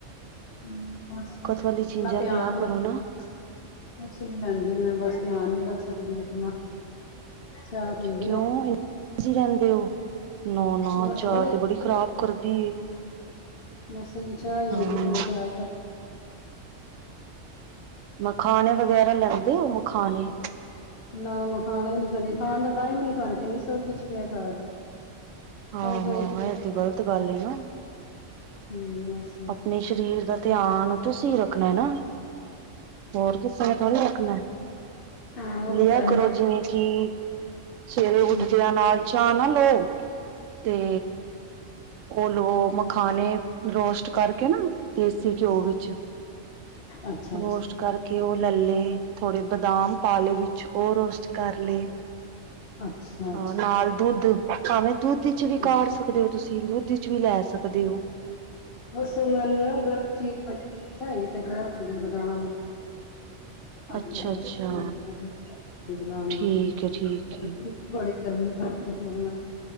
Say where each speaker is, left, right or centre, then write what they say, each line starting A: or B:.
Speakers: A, on the left; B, on the right.
A: ਹੂੰ ਬਸ ਆਪਨਾ
B: ਵਾਲੀ ਚੀਜ਼ਾਂ
A: ਧਿਆਨ
B: ਲਿਆ ਕਰੋ
A: ਰਖ।
B: ਨਾ
A: ਕੋਛ ਨੀ ਲੈਂਦੀ ਮੈਂ ਬਸ, ਧਿਆਨ ਨੀ ਰੱਖ ਸਕਦੀ ਆਪਨਾ ਅੱਛਾ ਫੀ <unintelligible>
B: ਕਿਓਂ ਤੁਸੀ ਲੈਂਦੇ ਹੋ। ਨਾ-ਨਾ
A: ਬਸ
B: ਚਾ
A: ਬੜੇ
B: ਤੇ ਬੜੀ ਖ਼ਰਾਬ ਕਰਦੀ ਏ।
A: ਬਸ ਐਹ ਚਾਹ ਈ
B: ਹਾਂ
A: ਹੈਗੀ ਮਨ ਖਰਾਬ
B: ਮਖਾਨੇ ਵਗੈਰਾ ਲੈਂਦੇ ਹੋ ਮਖਾਨੇ?
A: ਨਾ ਮਖਾਨੇ ਵੀ ਨਈ ਕਦੀ। ਖਾਨ ਦਾ ਟਾਈਮ ਹੀ ਨੀ ਸਾਨ ਨਈ ਸਭ ਕੁਛ ਪਿਐ ਘਰ।
B: ਹਾਂ-ਹਾਂ,
A: ਪਏ ਪਏ
B: ਐਹ ਤੇ ਗ਼ਲਤ ਗੱਲ ਏ ਨਾ
A: ਹੂੰ, ਬਸ।
B: ਆਪਨੇ ਸ਼ਰੀਰ ਦਾ ਧਿਆਨ ਤੁਸੀਂ ਰੱਖਨਾ ਐ ਨਾ। ਹੋਰ ਕਿਸੀ ਨੇ ਥੋੜੀ ਰਖਨੈ।
A: ਹਾਂ ਉਹ
B: ਲਿਆ
A: ਤਾਂ ਹੈ
B: ਕਰੋ
A: ਬਸ
B: ਜਿਵੇਂ ਕਿ ਸਵੇਰੇ ਉੱਠਦੇਆਂ
A: ਹੂੰ
B: ਨਾਲ ਚਾ ਨਾ ਲੋ ਤੇ ਓ ਲੋ ਮਖਾਨੇ ਰੋਸਟ ਕਰਕੇ ਨਾ ਦੇਸੀ ਘਿਓ ਵਿੱਚ
A: ਅੱਛਾ ਹਾਂ ਅੱਛਾ ਅੱਛਾ
B: ਰੋਸਟ ਕਰਕੇ ਓਹ ਨਾਲੇ ਥੋੜੇ ਬਦਾਮ ਪਾ ਲਏ ਵਿੱਚ ਓਹ ਰੋਸਟ ਕਰ ਲਏ
A: ਅੱਛਾ ਅੱਛਾ
B: ਹਾਂ ਨਾਲ ਦੁੱਦ ਭਾਵੇਂ ਦੁੱਦ ਇੱਚ ਵੀ ਕਾੜ
A: ਅੱਛਾ
B: ਸਕਦੇ ਹੋ ਤੁਸੀਂ, ਦੁੱਦ ਇਚ ਵੀ ਲੈ ਸਕਦੇ ਓ।
A: ਮੌਸਮ ਐਨਾ ਗਰਮ ਚੀਜ਼ <unintelligible> ਇਹ ਤਾਂ ਗਰਮ ਹੁੰਦੇ ਬਦਾਮ। <unintelligible>
B: ਅੱਛਾ ਅੱਛਾ ਠੀਕ ਹੈ ਠੀਕ ਹੈ
A: ਬੜੀ ਗਰਮੀ ਫੜਕੇ ਫਿਰ